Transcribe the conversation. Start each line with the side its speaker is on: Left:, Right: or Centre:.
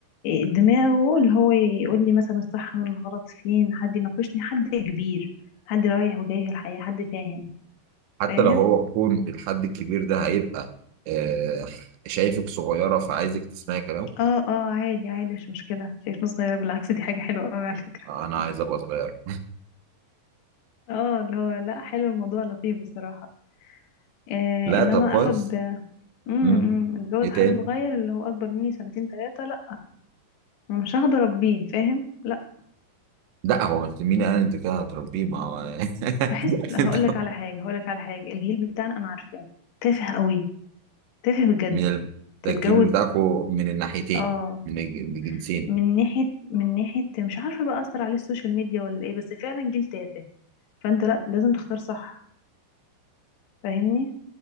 Left: دماغه اللي هو يقول لي مثلا الصح من الغلط فين حد يناقشني حد كبير حد رايح وجاي في الحياة حد فاهم
Right: حتى
Left: فاهم
Right: لو هو يكون الحد الكبير ده هيبقى آه شايفك صغيرة فعايزك تسمعي كلامه
Left: اه اه عادي عادي مش مشكلة شايفنا صغيرة بالعكس دي حاجة حلوة قوي على فكرة
Right: آه، انا عايز ابقى صغير
Left: اه اللي هو لا حلو الموضوع لطيف بصراحة آه
Right: <laughs> لا
Left: انما
Right: طب كويس
Left: اخد امم
Right: مم.
Left: اتجوز
Right: ايه
Left: حد
Right: تاني
Left: صغير اللي هو اكبر مني سنتين ثلاثة لا ما مش هقدر اربيه فاهم لا
Right: لا هو مش- مين قال انت كده هتربيه ما هو <laughs>
Left: بحس هقول
Right: انت
Left: لك على حاجة هقول لك على حاجة الجيل بتاعنا انا عارفاه تافه قوي تافه بجد
Right: من ال...
Left: تتجوز
Right: ده الجيل بتاعكو من الناحيتين
Left: اه
Right: من الج- الجنسين
Left: من ناحية من ناحية مش عارفة بقى اثر عليه السوشيال ميديا ولا ايه بس فعلا جيل تافه فانت لا لازم تختار صح فاهمني